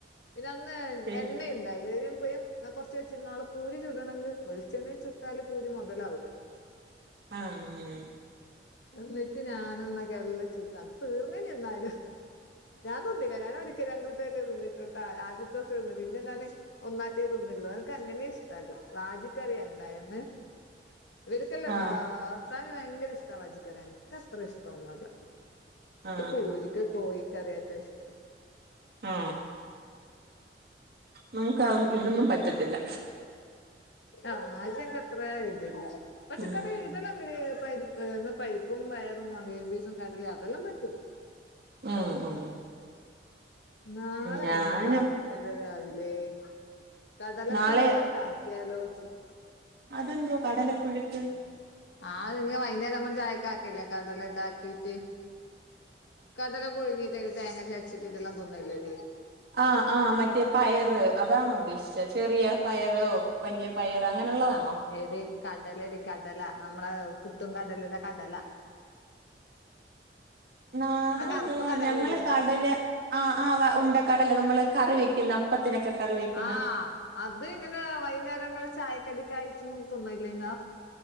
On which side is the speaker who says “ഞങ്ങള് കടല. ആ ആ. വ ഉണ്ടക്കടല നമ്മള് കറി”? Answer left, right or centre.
Right